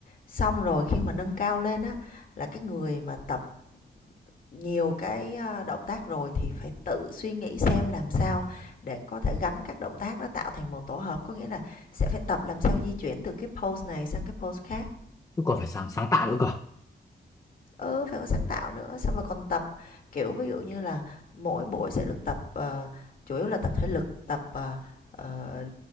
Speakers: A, on the left; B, on the left.
A: Xong rồi khi mà nâng cao lên á, là cái người mà tập nhiều cái, ờ, động tác rồi thì phải tự suy nghĩ xem làm sao để có thể gắn các động tác đó tạo thành một tổ hợp. Có nghĩa là sẽ phải tập làm sao di chuyển từ cái pose này sang cái pose khác.
B: Chứ còn phải sáng sáng tạo nữa cơ
A: Ừ, phải có sáng tạo nữa, xong rồi còn tập, kiểu, ví dụ như là mỗi buổi sẽ được tập, ờ, chủ yếu là tập thể lực, tập, ờ, ờ,